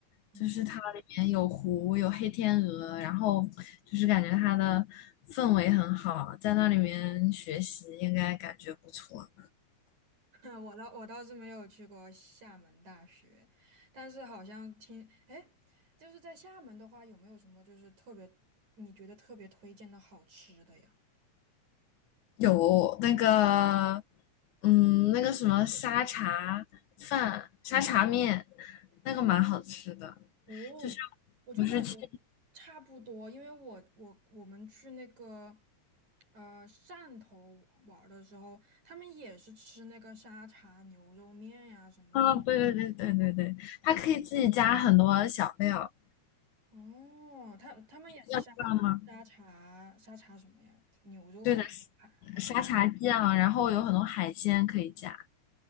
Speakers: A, on the right; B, on the left.
A: 嗯，
B: 就是它里面有湖，有黑天鹅，然后就是感觉它的氛围很好，在那里面学习应该感觉不错。
A: <laughs> 我倒我倒是没有去过厦门大学，但是好像听，哎，就是在厦门的话，有没有什么就是特别你觉得特别推荐的好吃的呀？
B: 有那个，嗯，那个什么沙茶饭、沙茶面，那个蛮好吃的。
A: 哦，
B: 就是
A: 我就感觉
B: 我是去，
A: 差不多，因为我我我们去那个呃汕头玩儿的时候，他们也是吃那个沙茶牛肉面呀什么，
B: 啊，对对对对对对，它可以自己加很多小料，
A: 哦，他他们也是沙
B: 要知道吗？
A: 沙茶沙茶什么呀，牛肉吗？
B: 对的，
A: 海海鲜。
B: 沙茶酱，然后有很多海鲜可以加，